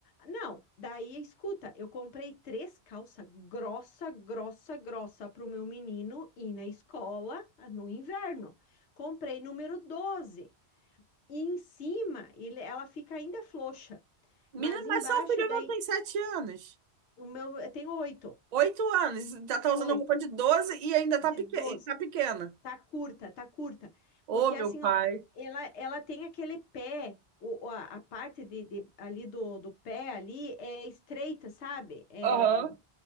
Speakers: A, on the left; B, on the right.
A: Não, daí é escuta, eu comprei três calças grossa, grossa, grossa para o meu menino ir na escola ah, no inverno. Comprei número doze E em cima, ele, ela fica ainda frouxa,
B: Menina,
A: mas embaixo
B: mas seu filho
A: daí
B: não tem 7 anos.
A: o meu tem oito,
B: oito anos, já tá usando
A: oito
B: roupa de 12 e ainda
A: de
B: tá, peque
A: doze.
B: e tá pequena.
A: Tá curta, tá curta.
B: Ô,
A: Porque
B: meu
A: assim,
B: pai.
A: ó, ela, ela tem aquele pé, o, o- a, a parte de, de- ali do, do pé ali é estreita, sabe? É,
B: Aham.